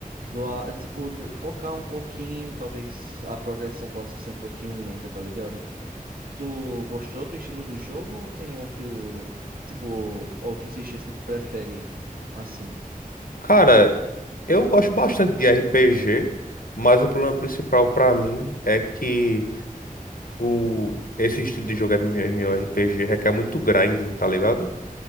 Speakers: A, on the right; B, on the left.
A: Doar, tipo, de- focar um pouquinho, talvez a progressão possa ser um pouquinho lenta, tá ligado? Tu gostou do estilo do jogo ou tem outro, tipo, outros estilos que tu prefere? Assim,
B: Cara, eu gosto bastante de RPG, mas o problema principal pra mim é que o esse estilo de jogo MMORPG requer muito grinding, tá ligado?